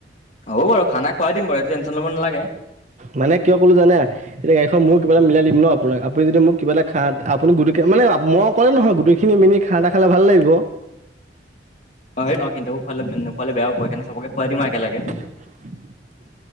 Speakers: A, on the left; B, on the right.
A: হ'ব বাৰু খানা খোৱাই খাই দিম বাৰু এইটো টেনশ্যন ল'ব নালাগে।
B: মানে কিয় ক'লো জানে? এতিয়া গাড়ীখন মোৰ কিবা এটা মিলাই দি ন' আপোনাক আপুনি যদি মোক কিবা এটা খনা আপুনি গোটে মানে মই অকলে নহয়, গোটেইখিনি মিলি খানা খালে ভাল লাগিব।
A: হয় ন' কিন্তু খুৱালে, নোখোৱালে বেয়া পাব সেইকাৰণে চবকে খুৱাই দিম একেলগে।
B: <inaudible>